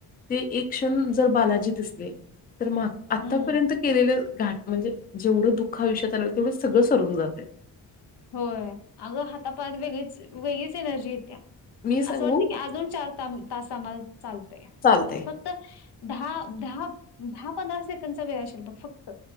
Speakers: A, on the left; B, on the left.
A: ते एक क्षण जर बालाजी दि असले. तर मग आतापर्यंत
B: हम्म
A: केलेलं. घाट म्हणजे जेवढं दुःख आयुष्यात आले होते तेवढं सगळं सरून जाते.
B: होय अगं हातापायात वेगळीच वेगळीच एनर्जी येत्या.
A: मी सांगू?
B: असं वाटतं की अजून चार त तास आम्हाला चालतय
A: चालतंय.
B: फक्त. दहा दहा दहा पंधरा सेकंडचा वेळ असेल बघ फक्त